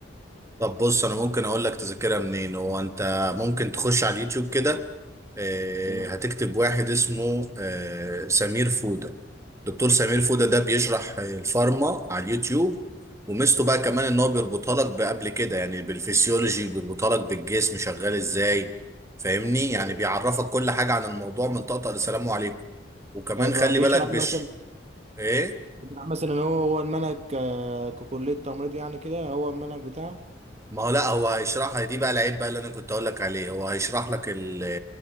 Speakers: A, on the right; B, on the right.
A: طب بص انا ممكن اقول لك تذاكرها منين هو انت ممكن تخش على اليوتيوب كده آه،
B: تمام
A: هتكتب واحد اسمه آه، سمير فودة دكتور سمير فودة ده بيشرح آه، الفارما على اليوتيوب وميزته بقى كمان ان هو بيربطها لك بقبل كده يعني بالفسيولوجي بيربطها لك بالجسم شغال ازاي فاهمني يعني
B: أيوة.
A: بيعرفك كل حاجة عن الموضوع من طقطقة لسلام عليكم وكمان
B: هيبقى
A: خلي
B: بيشرح
A: بالك بش
B: مثلا
A: ايه
B: بيشرح مثلا ان هو هو المنهج آه، ككلية تمريض يعني كده هو المنهج بتاعه
A: ما هو لا هو هيشرحها دي بقى العيب بقى اللي انا كنت اقول لك عليه هو هيشرح لك ال-